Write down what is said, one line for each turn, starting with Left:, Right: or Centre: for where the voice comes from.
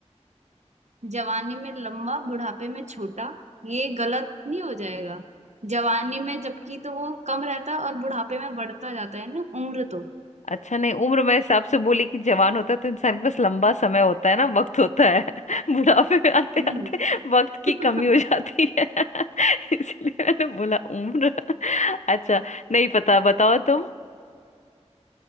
Right: जवानी में लंबा बुढ़ापे में छोटा ये गलत नहीं हो जाएगा जवानी में जबकि तो वो कम रहता है और बुढ़ापे में बढ़ता जाता है ना उम्र तो
Left: अच्छा नहीं उम्र में हिसाब से बोली कि जवान होता है तो इंसान के पास लंबा समय होता है ना वक्त होता है <laughs> बुढ़ापे में आते
Right: नहीं
Left: आते वक्त की
Right: <laughs>
Left: कमी हो जाती है <laughs> इसलिए मैंने बोला उम्र <laughs> अच्छा नहीं पता बताओ तुम